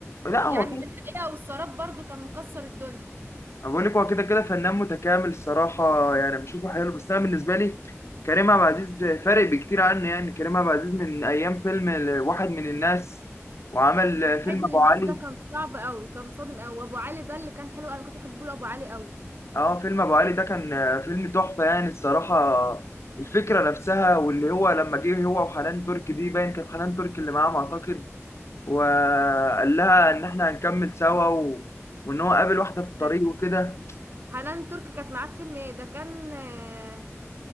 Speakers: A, on the left; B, on the right.
A: لا هو
B: يعني
A: كده
B: في الحقيقة والسراب برضو كان مكسر الدنيا
A: انا بقول لك هو كده كده فنان متكامل الصراحه يعني بشوفه حلو
B: مم.
A: بس انا بالنسبه لي كريم عبد العزيز فارق بكتير عنه يعني كريم عبد العزيز من ايام فيلم ال- واحد من الناس وعمل فيلم
B: عيد من
A: ابو
B: الناس
A: علي
B: ده كان صعب قوي كان صادم قوي وابو علي ده اللي كان حلو انا كنت بحب له ابو علي قوي
A: اه فيلم ابو علي ده كان فيلم تحفه يعني الصراحه الفكره نفسها واللي هو لما جه هو وحنان تركي دي باين كانت حنان تركي اللي معاهم اعتقد وقال لها ان احنا هنكمل سوا و... وان هو قابل واحده في الطريق
B: كان-
A: وكده
B: حنان ترك كانت معاه في فيلم ايه ده كان آه